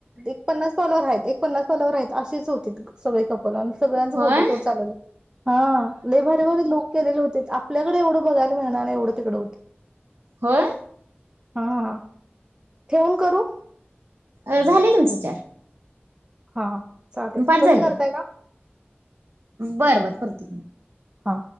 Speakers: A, on the right (about 20°); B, on the right (about 75°).
A: एक पन्नास पावलावर आहेत एक पन्नास पाववर आहे अशेच होती बघ सगळे कपल सगळ्यांच
B: होय
A: फोटोशूट चालेलं हा लय भरे भरे लोक केलेले होते आपल्याकडे एवढं बघायला मिळणार एवढं तिकड होत
B: होय
A: हा ठेवून करू
B: अ झाले तुमचे चार
A: हा चालेल
B: पाच
A: तुम्ही
B: झाले
A: करताय का
B: बरं बरं करतो.
A: हा